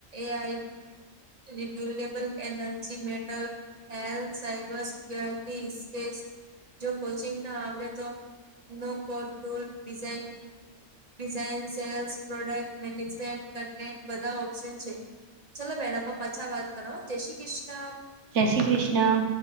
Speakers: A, on the right; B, on the right.
A: એ આઈ. Renewable energy mental health cyber સિક્લ તીસ સ્પેશ જો કોચિંગ ના આવડે તો. નો કોટોલ design. Design sales product management content બધા ઓપ્શન છે. ચાલો ભેણ આપા પાછા વાત કરો જય શ્રી કૃષ્ણ.
B: જય શ્રી કૃષ્ણ.